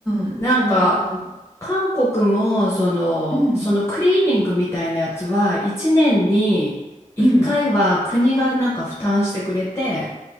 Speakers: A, in the centre; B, on the left.
A: ん、
B: なんか、
A: そうそう。
B: 韓国も、その、
A: うん。
B: そのクリーニングみたいなやつは、1年に1回は国がなんか負担してくれて、
A: うん、